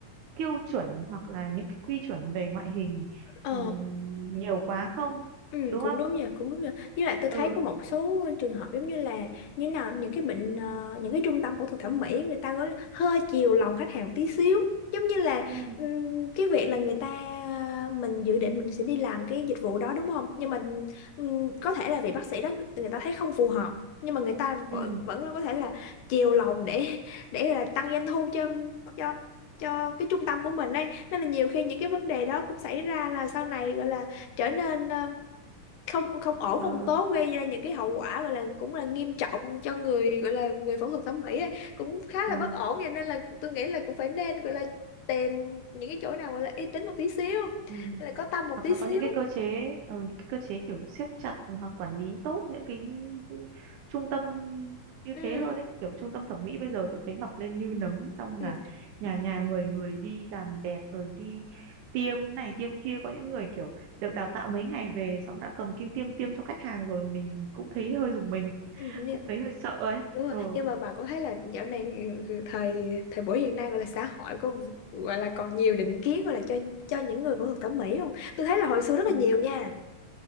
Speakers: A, on the right; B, on the left.
A: tiêu chuẩn hoặc là những cái quy chuẩn về ngoại hình
B: ờ
A: ừm, nhiều quá không
B: Ừ,
A: đúng
B: cũng
A: không
B: đúng nhỉ, cũng đúng nhỉ. Với lại tôi
A: ừ
B: thấy có một số trường hợp giống như là như nào những cái bệnh ờ, những cái trung tâm phẫu thuật thẩm mỹ người ta gọi là hơi chiều lòng khách hàng một tí xíu. Giống như là
A: ừ
B: ừm, cái việc là người ta mình dự định mình sẽ đi làm cái dịch vụ đó đúng không? Nhưng mà ừm, có thể là vị bác sĩ đó người ta thấy không phù hợp nhưng mà người ta vẫn
A: ừ
B: vẫn có thể là chiều lòng để <laughs> để là tăng doanh thu cho cho cho cái trung tâm của mình ấy. Nên là nhiều khi những cái vấn đề đó cũng xảy ra là sau này gọi là trở nên không không ổn
A: ờ,
B: không tốt gây ra những cái hậu quả gọi là cũng là nghiêm trọng cho người gọi là người phẫu thuật thẩm mỹ ấy. cũng khá
A: ờ.
B: là bất ổn vậy nên là tôi nghĩ là cũng phải nên gọi là tìm những cái chỗ nào gọi là uy tín một tí xíu
A: Ừ.
B: hay là có tâm một
A: hoặc
B: tí
A: là
B: xíu
A: có những cái cơ chế ờ, những cái cơ chế kiểu siết chặt hoặc quản lý tốt những cái trung tâm như
B: ừ
A: thế hơn đấy kiểu trung tâm thẩm mỹ bây giờ tôi thấy mọc lên như nấm xong là
B: ừ
A: nhà nhà người người đi làm đẹp rồi đi tiêm này tiêm kia có những người kiểu được đào tạo mấy ngày về xong đã cầm kim tiêm tiêm cho khách hàng rồi mình cũng thấy hơi rùng mình <laughs>
B: ừ nha.
A: cũng thấy hơi sợ ấy
B: đúng rồi
A: ờ
B: nhưng mà bà có thấy là dạo này thời thời buổi hiện nay gọi là xã hội có gọi là còn nhiều định kiến gọi là cho cho những người phẫu thuật thẩm mỹ không tôi thấy là hồi xưa rất là
A: ừ.
B: nhiều nha